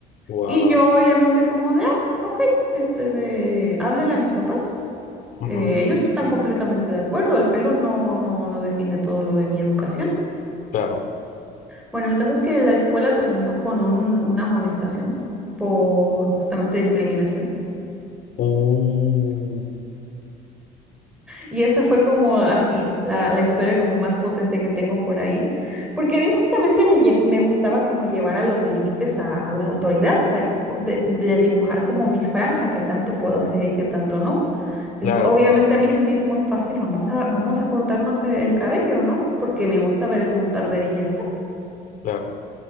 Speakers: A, on the left; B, in the centre.
A: Wow.
B: Y yo obviamente como de, ah, ok, este de, háblele a mis papás.
A: Ujú,
B: Eh, ellos están completamente de acuerdo, el pelo no, no, no define todo lo de mi educación.
A: Claro.
B: Bueno, el caso es que la escuela terminó con un- una amonestación por justamente discriminación
A: Uh,
B: Y esa fue como así, la, la historia como más potente que tengo por ahí, porque a mí justamente me, lle- me gustaba como llevar a los límites a, a la autoridad, o sea, que co- de, de dibujar como mi franja, que tanto puedo hacer y que tanto no. Entonces,
A: claro,
B: obviamente a mí se me hizo muy fácil, vamos a, vamos a cortarnos e- el cabello, ¿no? Porque me gusta ver el mundo arder y ya está.
A: claro.